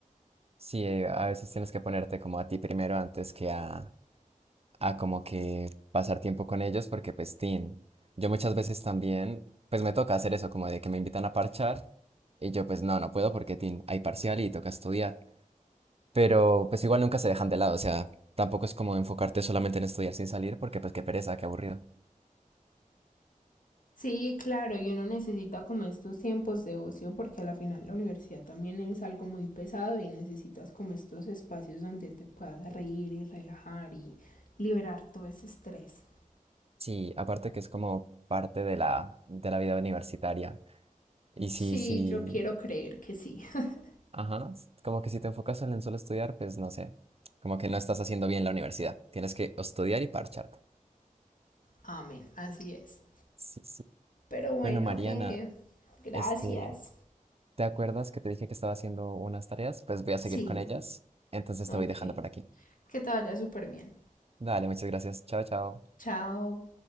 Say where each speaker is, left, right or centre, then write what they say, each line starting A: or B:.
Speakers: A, on the right; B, on the left.
A: Sí, eh, a veces tienes que ponerte como a ti primero antes que a, a como que pasar tiempo con ellos porque pues tin, yo muchas veces también pues me toca hacer eso como de que me invitan a parchar y yo pues no, no puedo porque tin, hay parcial y toca estudiar, pero pues igual nunca se dejan de lado, o sea, tampoco es como enfocarte solamente en estudiar sin salir porque pues qué pereza, qué aburrido.
B: Sí, claro, y uno necesita como estos tiempos de ocio porque a la final la universidad también es algo muy pesado y necesitas como estos espacios donde te puedas reír y relajar y liberar todo ese estrés.
A: Sí, aparte que es como parte de la, de la vida universitaria. Y
B: Sí,
A: sí, sí,
B: yo quiero creer que sí. <laughs>
A: ajá, s- como que si te enfocas en solo estudiar, pues no sé, como que no estás haciendo bien la universidad. Tienes que estudiar y parcharte.
B: Amén, así es.
A: Sí, sí.
B: Pero bueno,
A: Bueno, Mariana,
B: eh, gracias.
A: este, ¿te acuerdas que te dije que estaba haciendo unas tareas? Pues voy a seguir
B: Sí,
A: con ellas. Entonces
B: ok.
A: te voy dejando por aquí.
B: Que te vaya súper bien.
A: Dale, muchas gracias. Chao, chao.
B: Chao.